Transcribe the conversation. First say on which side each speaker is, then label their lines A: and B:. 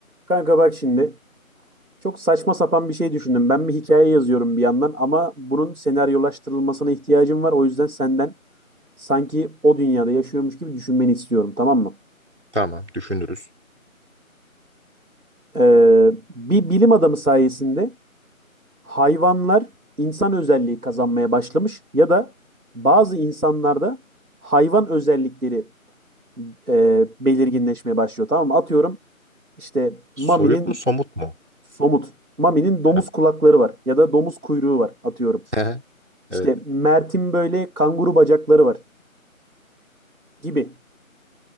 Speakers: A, on the right; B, on the right.
A: Kanka bak şimdi. Çok saçma sapan bir şey düşündüm. Ben bir hikaye yazıyorum bir yandan ama bunun senaryolaştırılmasına ihtiyacım var. O yüzden senden sanki o dünyada yaşıyormuş gibi düşünmeni istiyorum, tamam mı?
B: Tamam, düşünürüz.
A: Ee, bir bilim adamı sayesinde hayvanlar insan özelliği kazanmaya başlamış ya da bazı insanlarda hayvan özellikleri e, belirginleşmeye başlıyor, tamam mı? Atıyorum işte Mami'nin
B: Soyut mu, somut mu?
A: somut, Mami'nin domuz
B: Ha.
A: kulakları var ya da domuz kuyruğu var atıyorum.
B: <laughs>
A: İşte
B: Evet.
A: Mert'in böyle kanguru bacakları var gibi.